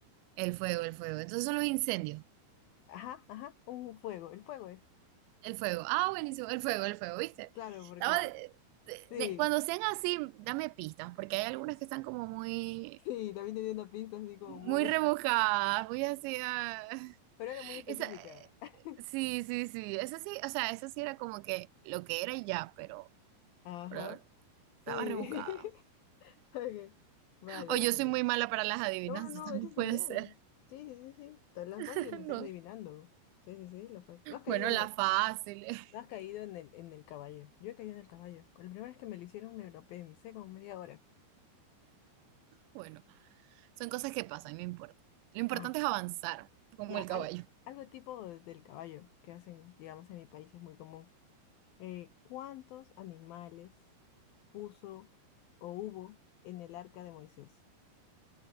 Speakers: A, on the right; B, on the left.
A: El fuego, el fuego. Entonces son los incendios.
B: ajá, ajá, un fuego, el fuego es,
A: El fuego. Ah, buenísimo. El fuego, el fuego, ¿viste?
B: claro, porque
A: Estaba de- de-
B: sí,
A: de- cuando sean así, dame pistas, porque hay algunas que están como muy,
B: <laughs> sí, también tenía una pista así como
A: muy
B: muy,
A: rebuscadas, muy así. ah. <laughs>
B: <laughs> pero era muy específica.
A: Esa,
B: <laughs>
A: eh, sí, sí, sí. Esa sí, o sea, esa sí era como que lo que era y ya, pero,
B: Ajá,
A: pero estaba
B: sí,
A: rebuscada.
B: <laughs> ok, vale,
A: O yo
B: vale.
A: soy muy mala para las adivinanzas,
B: No, no, no,
A: <laughs> también
B: eres
A: puede
B: genial.
A: ser.
B: Sí, sí, sí, sí, todas las
A: <laughs>
B: fáciles me estás
A: No.
B: adivinando. Sí, sí, sí, las fáciles. No has caído
A: Bueno,
B: en
A: la
B: el,
A: fácil. <laughs>
B: no has caído en el, en el caballo. Yo he caído en el caballo. Con La primera vez que me lo hicieron me lo pensé como media hora.
A: Bueno, son cosas que pasan, no importa. Lo importante
B: Ajá.
A: es avanzar, como
B: Ya,
A: el
B: al-
A: caballo.
B: algo tipo de- del caballo que hacen, digamos, en mi país es muy común. Eh, ¿cuántos animales puso o hubo en el arca de Moisés?